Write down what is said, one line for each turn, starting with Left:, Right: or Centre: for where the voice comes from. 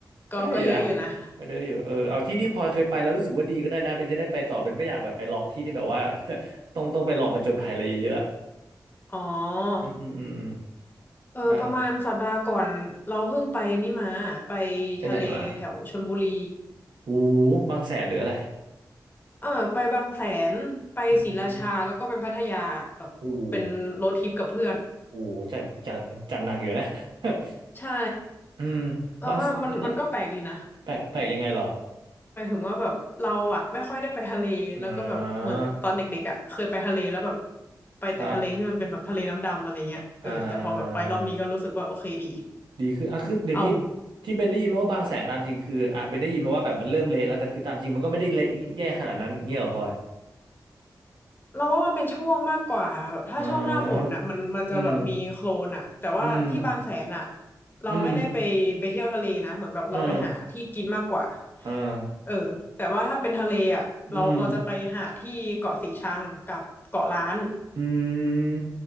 Left: ก็ก็เยอะอยู่นะ
Right: ก็ได้อยู่นะก็เยอะอยู่เออเอาที่ที่พลอยเคยไปแล้วรู้สึกว่าดีก็ได้นะเบนจะได้ไปต่อเบนไม่อยากแบบไปลองที่ที่แบบว่า <laughs> ต้องต้องไปลองผจญภัยอะไรเยอะๆอะ
Left: <laughs> อ๋อ
Right: อืมอืมอืมอืม
Left: เออประมาณสัปดาห์ก่อนเราเพิ่งไปนี่มาไป
Right: ใช่ไปไหนมา
Left: ทะเลแถวชลบุรี
Right: โอ้โหบางแสนหรืออะไร
Left: เออไปบางแสนไปศรีราชาแล้วก็ไปพัทยาแบบเป็นโรดทริปกับเพื่อน
Right: อืมโอ้โหโอ้โหจัดจัดจัดหนักอยู่นะ <laughs>
Left: ใช่
Right: อืมบางแสแลว
Left: เราว่ามันมันก็แปลกดีนะ
Right: แปลกแปลกยังไงเหรอ
Left: หมายถึงว่าแบบเราอะไม่ค่อยได้ไปทะเลแล้วก็แบบเหมือนตอนเด็กๆอะเคยไปทะเลแล้วแบบ
Right: อ่า
Left: ไปแต่ทะเลที่มันเป็นแบบทะเลน้ำดำอะไรเงี้ยเออแต่พอแบบไปรอบนี้ก็รู้สึกว่าโอเคดี
Right: ครับอ่าดีคืออ่ะคือเดี๋ยวนี้
Left: เอา
Right: ที่เบนได้ยินมาว่าบางแสนตามจริงคืออ่าเบนได้ยินมาว่าแบบมันเริ่มเละแล้วแต่คือตามจริงมันก็ไม่ได้เละแย่ขนาดนั้นเงี้ยเหรอพลอย
Left: เราว่ามันเป็นช่วงมากกว่าแบบถ้าช่วงหน้าฝนอะมันมันจะแบบมีโคลนอะแต่ว่าที่บางแสนอะ
Right: อ๋ออืมอืม
Left: เราไม่ได้ไปไปเที่ยวทะเลนะเหมือนแบบเราไปหาที่กินมากกว่า
Right: อืมอ่าอ่า
Left: เออแต่ว่าถ้าเป็นทะเลอะเราเราจะไปหาที่เกาะสีชังกับเกาะล้าน
Right: อืมอื